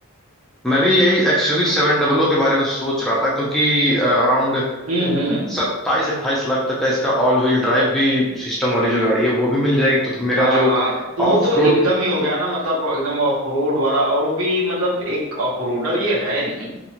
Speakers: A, in the centre; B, on the right.
A: मैं भी यही एक्सयूवी सेवन डबल ओ के बारे में सोच रहा था क्योंकि अराउंड
B: हम्म हम्म
A: सत्ताईस अट्ठाईस लाख तक का इसका ऑल व्हील ड्राइव भी सिस्टम वाली जो गाड़ी है वो भी मिल जाएगी तो, तो मेरा
B: हाँ
A: जो
B: हाँ तो वो
A: ऑफ
B: तो एकदम
A: रोड
B: ही हो गया ना मतलब एकदम ऑफ रोड वाला और वो भी मतलब एक ऑफ रोडर ये है नहीं